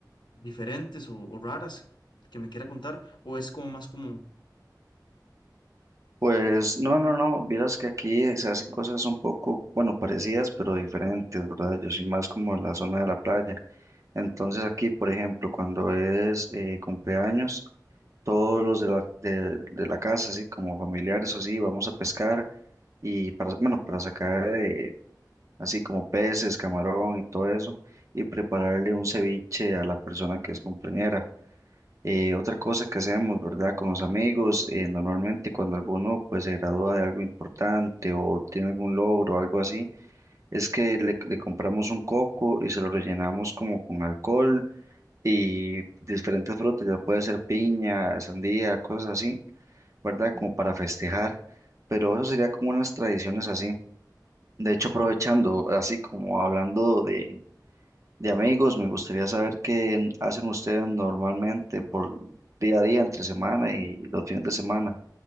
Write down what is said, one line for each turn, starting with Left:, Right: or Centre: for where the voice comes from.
Left: diferentes o, o raras que me quiera contar, o es como más común?
Right: Pues no, no, no, vieras que aquí eh, se hacen cosas un poco, bueno, parecidas, pero diferentes, ¿verdad? Yo soy más como en la zona de la playa. Entonces aquí, por ejemplo, cuando es eh, cumpleaños, todos los de la, de, de la casa, así como familiares o así, vamos a pescar y para, bueno, para sacar eh, así como peces, camarón y todo eso, y prepararle un ceviche a la persona que es cumpleañera. Eh, otra cosa que hacemos, ¿verdad? Con los amigos, eh, normalmente cuando alguno pues se gradúa de algo importante o tiene algún logro o algo así, es que le, le compramos un coco y se lo rellenamos como con alcohol y diferentes frutas, ya puede ser piña, sandía, cosas así, ¿verdad? Como para festejar, pero eso sería como unas tradiciones así. De hecho, aprovechando, así como hablando de de amigos, me gustaría saber qué hacen ustedes normalmente por día a día, entre semana y los fines de semana.